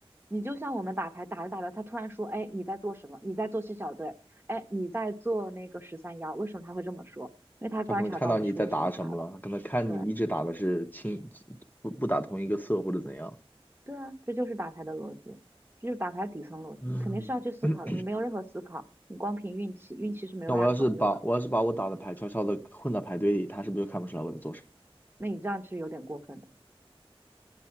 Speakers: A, on the right (about 20°); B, on the left (about 20°).
A: 你就像我们打牌，打着打着，他突然说，哎，你在做什么？你在做七小队，哎，你在做那个十三幺，为什么他会这么说？因为他观察到你出了什么牌了。
B: 他可能看到你在打什么了，他可能看你一直打的是清
A: 对，
B: 不不打同一个色或者怎样。
A: 对啊，这就是打牌的逻辑，这就是打牌底层逻辑。
B: 嗯
A: 你肯定是要去思考的，
B: <clears throat>
A: 你没有任何思考，你光凭运气，运气是没有办法长久的。
B: 那我要是把我要是把我打的牌悄悄的混到牌堆里，他是不是就看不出来我在做什么？
A: 那你这样是有点过分的，